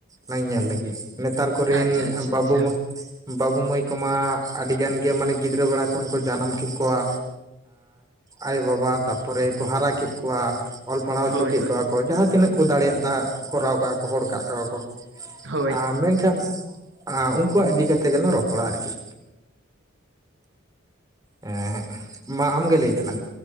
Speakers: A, on the right (about 15°); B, on the right (about 60°).
A: ᱞᱟᱝ ᱧᱮᱞ ᱞᱮᱜᱮ ᱱᱮᱛᱟᱨ ᱠᱚᱨᱮᱱ
B: ᱟᱪᱪᱷᱟ ᱟᱪᱪᱷᱟ
A: ᱵᱟᱹᱵᱩ
B: ᱟᱪᱪᱷᱟ
A: ᱢᱟ. ᱵᱟᱹᱵᱩ ᱢᱟᱹᱭ ᱠᱚᱢᱟ ᱟᱹᱰᱤᱜᱟᱱ ᱜᱮ ᱢᱟᱱᱮ ᱜᱤᱫᱽᱨᱟᱹ ᱵᱮᱲᱟ ᱠᱷᱚᱱ ᱠᱚ ᱡᱟᱱᱟᱢ ᱠᱮᱫ ᱠᱚᱣᱟ ᱟᱭᱳᱼᱵᱟᱵᱟ ᱛᱟᱨᱯᱚᱨᱮ ᱠᱚ ᱦᱟᱨᱟ ᱠᱮᱫ ᱠᱚᱣᱟ ᱚᱞ ᱯᱟᱲᱦᱟᱣ ᱦᱚᱪᱚ
B: ᱦᱳᱭ
A: ᱠᱮᱫ
B: ᱦᱳᱭ
A: ᱠᱚᱣᱟ ᱠᱚ ᱡᱟᱦᱟᱸ ᱛᱤᱱᱟᱹᱜ ᱠᱚ ᱫᱟᱲᱮᱭᱟᱜᱫᱟ ᱠᱚᱨᱟᱣ ᱠᱟᱜᱼᱟ ᱠᱚ ᱦᱚᱲ ᱠᱟᱜ ᱠᱚᱣᱟ ᱠᱚ
B: ᱦᱳᱭ
A: ᱟᱨ ᱢᱮᱱᱠᱷᱟᱱ ᱩᱱᱠᱩᱣᱟᱜ ᱤᱫᱤ ᱠᱟᱛᱮ ᱜᱮᱞᱟᱝ ᱨᱚᱯᱚᱲᱟ ᱟᱨᱠᱤ ᱦᱮᱸ ᱢᱟ ᱟᱢᱜᱮ ᱞᱟᱹᱭ ᱛᱟᱞᱟᱝ